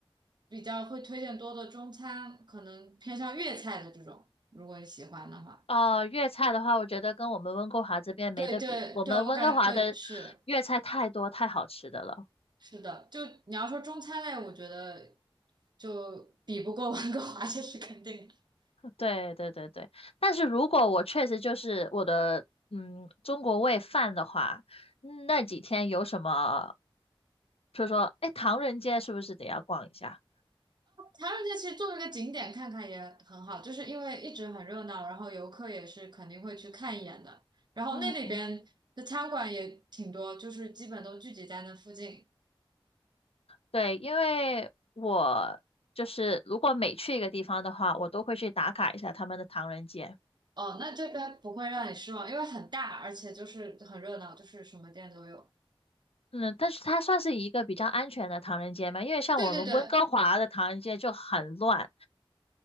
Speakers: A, on the right; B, on the left.
A: 比较会推荐多的中餐，可能偏向粤菜的这种，如果你喜欢的话。
B: 哦，粤菜的话，我觉得跟我们温哥华这边没得比，
A: 对对对，
B: 我们温哥华的粤菜太多太好吃的了。
A: 我感对是是的，就你要说中餐类，我觉得就比不过温哥华，<laughs> 这是肯定的。
B: 对对对对，但是如果我确实就是我的嗯中国胃犯的话，嗯那几天有什么，就说哎唐人街是不是得要逛一下？
A: 唐人街其实作为一个景点看看也很好，就是因为一直很热闹，然后游客也是肯定会去看一眼的。然后那里边的餐馆也挺多，
B: 嗯，
A: 就是基本都聚集在那附近。
B: 对，因为我就是如果每去一个地方的话，我都会去打卡一下他们的唐人街。
A: 哦，那这边不会让你失望，因为很大，而且就是很热闹，就是什么店都有。
B: 嗯，但是它算是一个比较安全的唐人街嘛，因为像我们温哥华的唐人街就很乱。
A: 对对对，